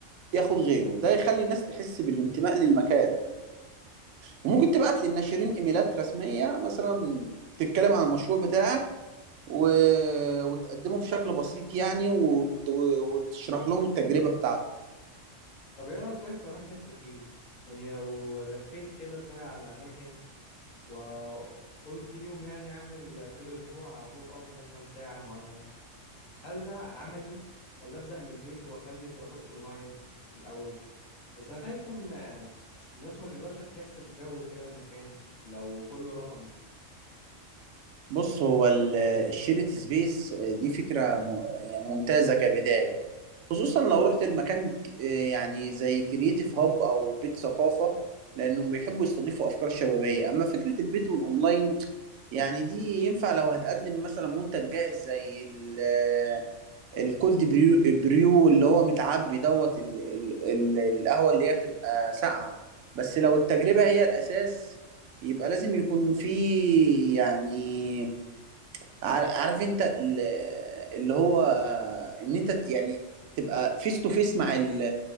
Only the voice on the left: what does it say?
طب ايه رأيك طيب في أماكن التشغيل؟ يعني لو لفيت كده شوية على الأماكن وقلت ليهم يعني أعمل كل أسبوع بوب أب مثلا ساعة معينة هل ده عملي ولا أبدأ من البيت وأخلي الطلبات أونلاين في الأول؟ بس أنا خايف إن الناس ما تقدرش تحس بجو كده المكان لو كله رقمي